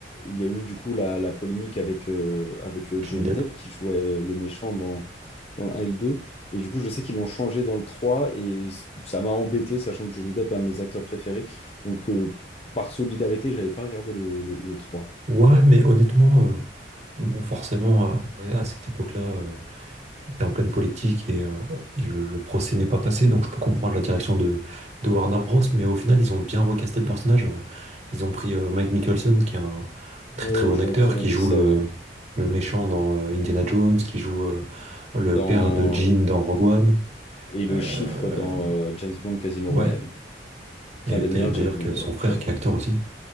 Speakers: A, on the left; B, on the right.
A: il y a eu du coup la, la polémique avec, euh, avec euh,
B: Johnny
A: Johnny
B: Depp.
A: Depp qui jouait euh, le méchant dans, dans le 1 et le 2. Et du coup, je sais qu'ils l'ont changé dans le 3 et c- ça m'a embêté, sachant que Johnny Depp est un de mes acteurs préférés. Donc, euh, par solidarité, j'avais pas regardé le, le, le 3.
B: Ouais, mais honnêtement, euh, bon, forcément, euh, ouais, à cette époque-là. euh, T'es en pleine politique et, euh, et le, le procès n'est pas passé, donc je peux comprendre la direction de, de Warner Bros. Mais au final, ils ont bien recasté le personnage. euh. Ils ont pris euh, Mike Mickelson, qui est un très
A: Euh,
B: très bon
A: je
B: acteur,
A: vois très bien
B: qui
A: qui
B: joue
A: c'est,
B: le,
A: ouais.
B: le méchant dans euh, Indiana Jones, qui joue euh, le
A: Dans...
B: père de Jean dans Rogue One.
A: Et le
B: Euh,
A: chiffre dans euh, James Bond Casino
B: ouais,
A: Royale, qui
B: et
A: est un des meilleurs
B: d'ailleurs
A: James Bond
B: que
A: d'ailleurs,
B: son frère
A: j'adore.
B: qui est acteur aussi,